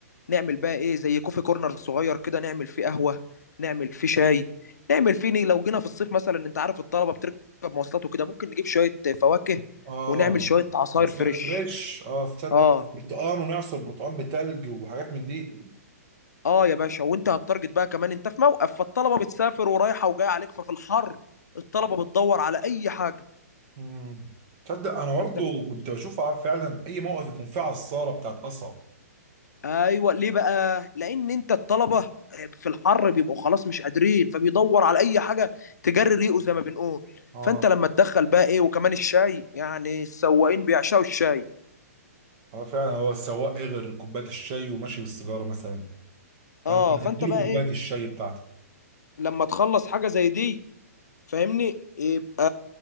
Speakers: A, on the left (about 85°); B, on the right (about 30°).
A: نعمل بقى ايه زي كوفي كورنر صغير كده نعمل فيه قهوة نعمل فيه شاي نعمل فيه ني- لو جينا في الصيف مثلا انت عارف الطلبة بتركب مواصلات وكده ممكن نجيب شوية فواكه
B: اه
A: ونعمل شوية عصاير
B: يا فطار
A: فريش
B: فريش اه تصدق
A: اه
B: برتقان ونعصر برتقان بتلج وحاجات من دي
A: اه يا باشا وانت هتارجت بقى كمان انت في موقف فالطلبة بتسافر ورايحة وجاية عليك ففي الحر الطلبة بتدور على اي حاجة
B: مم. تصدق انا برضو
A: فانت
B: كنت بشوف فعلا اي موقف يكون فيه عصاره بتاعت قصب
A: ايوه ليه بقى لان انت الطلبه في الحر بيبقوا خلاص مش قادرين فبيدور على اي حاجه تجري ريقه زي ما بنقول
B: اه
A: فانت لما تدخل بقى ايه وكمان الشاي يعني السواقين بيعشقوا الشاي
B: اه فعلا هو السواق ايه غير كوبايه الشاي وماشي بالسيجاره مثلا فانت
A: اه
B: تديله
A: فانت بقى
B: كوبايه
A: ايه
B: الشاي بتاعتك
A: لما تخلص حاجه زي دي فاهمني يبقى